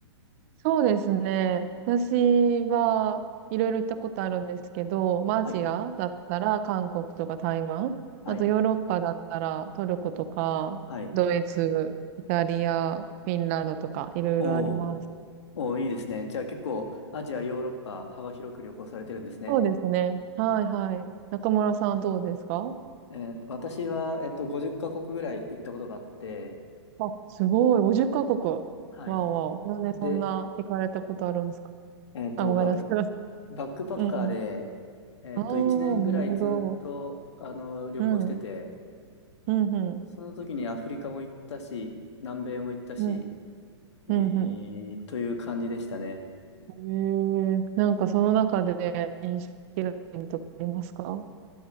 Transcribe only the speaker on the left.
はい、
はい、
はい。
おー、おー、いいですね。じゃあ結構、アジア、ヨーロッパ、幅広く旅行されてるんですね。
あ、えー私は、えっと、50カ国ぐらい行ったことがあって、
はい。
で、えっと、
もうバック、
バックパッカーで、
えっと、
1年ぐらいずっと、
あの、旅行してて、
その時にアフリカも行ったし、南米も行ったし、
えーという感じでしたね。